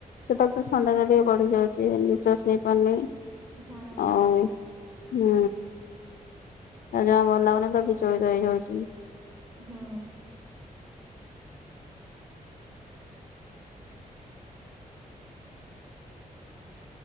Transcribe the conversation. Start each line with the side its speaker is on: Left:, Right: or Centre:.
Left: ସେତେବେଳେ
Right: ହୁଁ।
Left: ଫୁଣି ଥଣ୍ଡାଟା ଟିକେ ବଢିଯାଉଛି। ସେ ନିଶ୍ୱାସ ନେଇ ପାରୁନି
Right: ହୁଁ
Left: ଆଉ ହୁଁ ଆଉ ଜମା ଭଲ ଲାଗୁନି ପୁରା ବିଚଳିତ ହେଇଯାଉଛି।
Right: ହୁଁ।